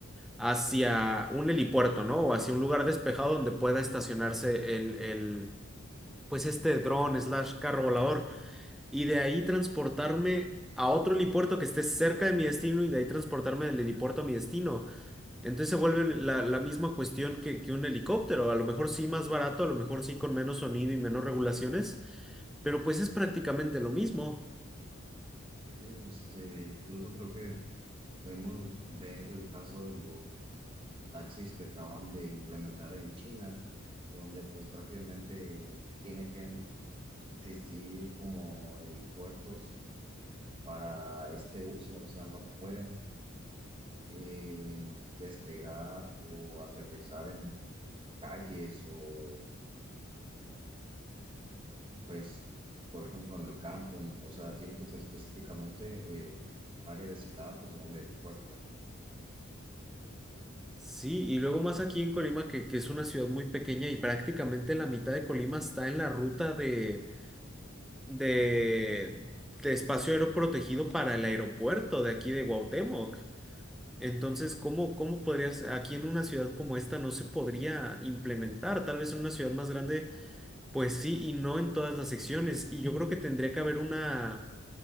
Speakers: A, in the centre; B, on the right.
A: hacia un helipuerto, ¿no? O hacia un lugar despejado donde pueda estacionarse el, el, pues este dron slash carro volador y de ahí transportarme a otro helipuerto que esté cerca de mi destino y de ahí transportarme del helipuerto a mi destino. Entonces se vuelve la, la misma cuestión que, que un helicóptero, a lo mejor sí más barato, a lo mejor sí con menos sonido y menos regulaciones, pero pues es prácticamente lo mismo.
B: Sí, este, incluso creo que podemos ver el caso de los taxis que acaban de implementar en China, donde pues prácticamente tiene que existir como helipuertos para este uso, o sea, no pueden eh, despegar o aterrizar en calles o Pues, por ejemplo, en el campo, ¿no? o sea, tiene que ser específicamente eh, un área designada como en el puerto.
A: Sí, y luego más aquí en Colima, que, que es una ciudad muy pequeña y prácticamente la mitad de Colima está en la ruta de, de, de espacio aéreo protegido para el aeropuerto de aquí de Cuauhtémoc. Entonces, ¿cómo, cómo podrías, aquí en una ciudad como esta no se podría implementar? Tal vez en una ciudad más grande. Pues sí, y no en todas las secciones. Y yo creo que tendría que haber una